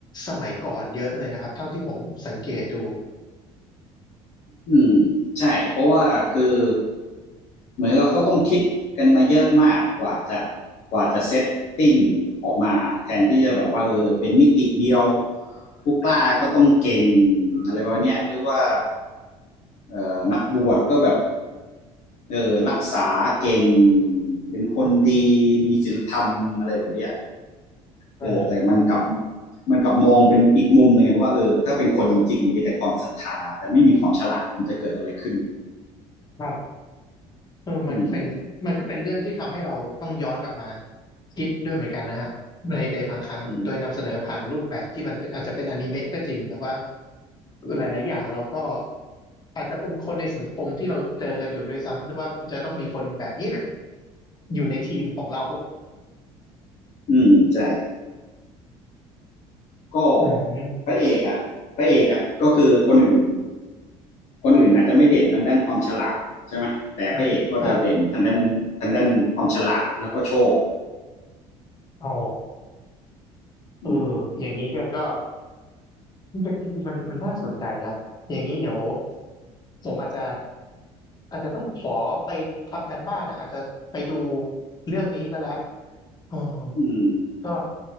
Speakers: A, on the left; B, on the left.
A: สมัยก่อนเยอะเลยนะครับเท่าที่ผมสังเกตดู
B: อืมใช่เพราะว่าคือเหมือนกับเขาต้องคิดกันมาเยอะมากกว่าจะกว่าจะเซตติ้งออกมาแทนที่จะแบบว่าเออเป็นมิติเดียวผู้กล้าก็ต้องเก่งอะไรประมาณเนี้ยหรือว่าเอ่อนักบวชก็แบบ เออรักษาเก่งเป็นคนดีมีศีลธรรมอะไรแบบเนี้ย
A: อ๋อ
B: เออแต่มันกลับมันกลับมองเป็นอีกมุมหนึงไงว่าเออถ้าเป็นคนจริงๆมีแต่ความศรัทธาแต่ไม่มีความฉลาดมันจะเกิดอะไรขึ้น
A: ครับเออมันก็เป็นมันก็เป็นเรื่องที่ทำให้เราต้องย้อนกลับมา
B: อืม
A: คิดด้วยเหมือนกันนะฮะในในบางครั้งโดยนำเสนอผ่านรูปแบบที่มันเป็นอาจจะเป็นอนิเมะก็จริงแต่ว่า
B: อืม
A: หลาย ๆอย่างเราก็อาจจะเป็นคนในสังคมที่เราเจอกันอยู่ด้วยซ้ำหรือว่าจะต้องมีคนแบบนี้แหละอยู่ในทีมของเรา
B: อืมใช่ก็
A: อืม
B: พระเอกอะพระเอกอะก็คือคนอื่นคนอื่นอาจจะไม่เด่นทางด้านความฉลาดใช่ไหมแต่พระเอกก็จะเด่นทางด้านทางด้านความฉลาดแล้วก็โชค
A: ครับครับอ๋อเออ
B: อืม
A: อย่างนี้ก็ก็มันเป็นจริงๆมันมันน่าสนใจครับอย่างนี้เดี๋ยวผมอาจจะอาจจะต้องขอไปทำการบ้านอ่ะอาจจะไปดูเรื่องนี้ก็แล้วอ๋อ
B: อืม
A: ก็